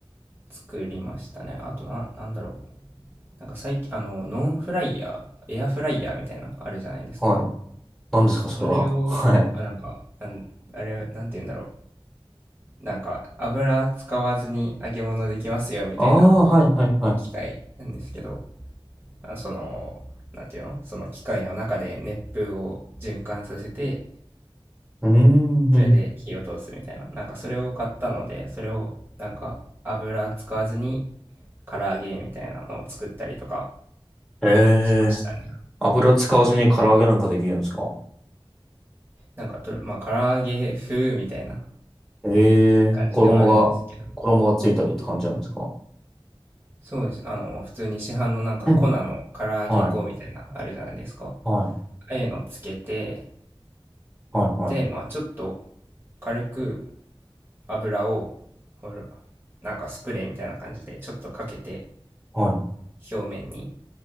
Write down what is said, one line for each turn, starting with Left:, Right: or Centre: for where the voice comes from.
Right: 作りましたね。あとな、なんだろう。なんか最近、あの、ノンフライヤー、エアフライヤーみたいな、あるじゃないですか。
Centre: はい。何ですかそれは。
Right: それを、
Centre: はい。
Right: あ、なんか、なん、あれ、なんて言うんだろう。なんか、油使わずに揚げ物できますよ、みたいな
Centre: ああ、はい、はい、はい。
Right: 機械なんですけど、その、なんていうのその機械の中で熱風を循環させて、
Centre: うーん。
Right: それで火を通すみたいな。
Centre: うん
Right: なんかそれを買ったので、それをなんか油使わずに唐揚げみたいなのを作ったりとか
Centre: え
Right: しましたね。
Centre: え油使わずに唐揚げなんかできるんですか
Right: なんかと、まあ唐揚げ風みたいな
Centre: え
Right: 感じではあるんですけど、
Centre: え衣が、衣がついたりって感じなんですか
Right: そうです。あの、普通に市販のなんか粉の唐揚げ粉みたいな、
Centre: うんはい。
Right: あるじゃないですか。
Centre: はい。
Right: ああいうのつけて、
Centre: はい、はい、
Right: で、まあちょっと軽く油を、ほなんかスプレーみたいな感じでちょっとかけて
Centre: はい。
Right: 表面に。